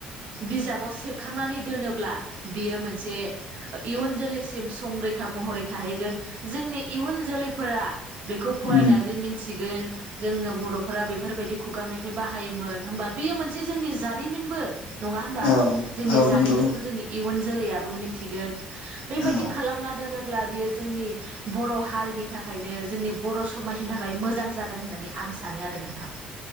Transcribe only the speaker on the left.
उम
औ
औ
नंगौ
औ